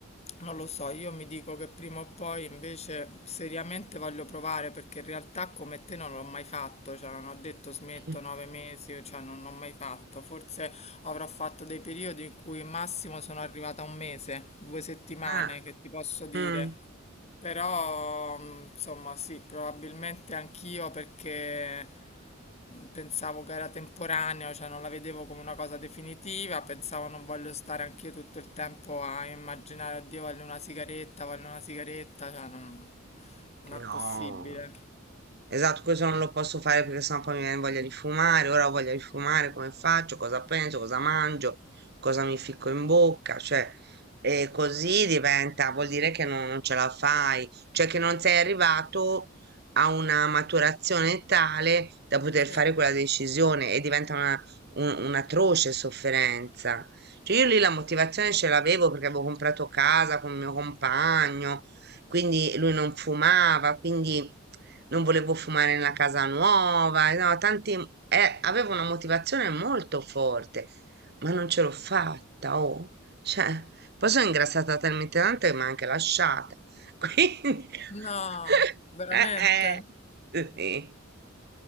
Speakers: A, on the left; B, on the right.
A: non lo so, io mi dico che prima o poi invece seriamente voglio provare perché in realtà come te non l'ho mai fatto, cioè non ho detto smetto
B: <clears throat>
A: nove mesi, cioè non l'ho mai fatto. Forse avrò fatto dei periodi in cui massimo sono arrivata a un mese, due settimane,
B: Ah,
A: che ti posso dire.
B: mm,
A: Però, mh, insomma, sì, probabilmente anch'io perché mh, pensavo che era temporaneo, cioè non la vedevo come una cosa definitiva, pensavo non voglio stare anch'io tutto il tempo a immaginare, oddio, voglio una sigaretta, voglio una sigaretta, cioè non, non
B: no.
A: è possibile.
B: Esatto, questo non lo posso fare perché sennò poi mi viene voglia di fumare, ora ho voglia di fumare, come faccio, cosa penso, cosa mangio, cosa mi ficco in bocca, cioè, e così diventa, vuol dire che non, non ce la fai, cioè che non sei arrivato a una maturazione tale da poter
A: Sì.
B: fare quella decisione e diventa una, un- un'atroce sofferenza. Cioè io lì la motivazione ce l'avevo perché avevo comprato casa con mio compagno, quindi lui non fumava, quindi non volevo fumare nella casa nuova, no, tanti, eh, avevo una motivazione molto forte, ma non ce l'ho fatta, oh. Cioè, poi sono ingrassata talmente tanto che mi ha anche lasciata. <laughs> Quindi, <laughs>
A: No, veramente?
B: eh, sì.